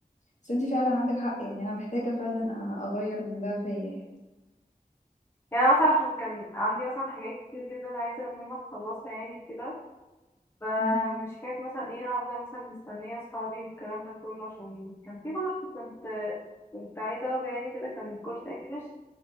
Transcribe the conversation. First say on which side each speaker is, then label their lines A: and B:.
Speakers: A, on the left; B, on the left.
A: بس انتي فعلا عندك حق يعني انا محتاجه فعلا أ- اغير من ده فيا يعني
B: يعني أنا مثلا عشان كان عندي مثلا حاجات كتير جدا عايزة إن أنا أخلصها يعني كده فمش
A: امم
B: حكاية مثلا ايه هفضل مثلا مستنية صحابي والكلام ده كله عشان كان في كورس كنت كنت عايزة اخده يعني كده كان كورس انجلش